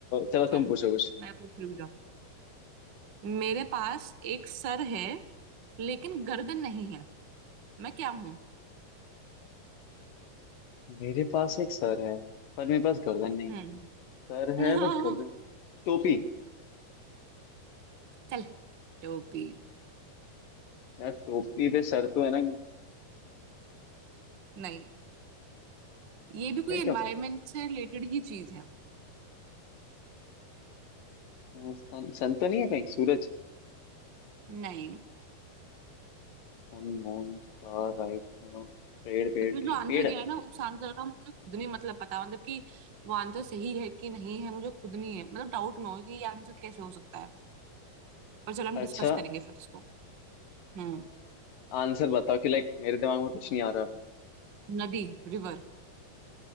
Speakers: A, on the left; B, on the right.
A: चलो
B: चल
A: तुम पूछो कुछ
B: मैं पूछ रही हूँ जा। मेरे पास एक सर है लेकिन गर्दन नहीं है मैं क्या हूं
A: मेरे पास एक सर है पर मेरे पास गर्दन नहीं
B: हम्म
A: है सर
B: <laughs>
A: है बट गर्दन टोपी
B: चल टोपी
A: यार टोपी पे सर तो है ना
B: नहीं ये भी
A: फिर
B: कोई एनवायरनमेंट
A: क्या हो सकता है
B: से रिलेटेड ही चीज है
A: अ, सन, सन तो नहीं है कहीं सूरज
B: नहीं
A: Sun moon star right पेड़ पेड़
B: उसमें जो
A: ट्री
B: आंसर
A: पेड़
B: दिया
A: है
B: है ना उस आंसर का मुझे खुद नहीं मतलब पता मतलब कि वो आंसर सही है कि नहीं है मुझे खुद नहीं है मतलब डाउट में हो कि ये आंसर कैसे हो सकता है पर चलो हम डिस्कस
A: अच्छा
B: करेंगे फिर इसको हम्म
A: आंसर बताओ कि लाइक मेरे दिमाग में कुछ नहीं आ रहा अभी
B: नदी रिवर